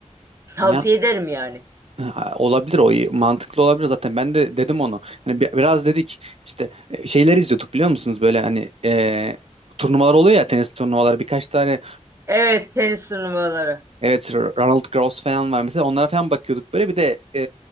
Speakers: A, on the right; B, on the right.
A: Tavsiye
B: Ya
A: ederim yani.
B: e, olabilir o iyi, mantıklı olabilir zaten ben de dedim onu. Hani bi- biraz dedik işte e, şeyler izliyorduk biliyor musunuz böyle hani e, turnuvalar oluyor ya tenis turnuvaları birkaç tane
A: Evet tenis turnuvaları.
B: Evet, R- Ronald Gross falan var mesela. Onlara falan bakıyorduk böyle. Bir de e,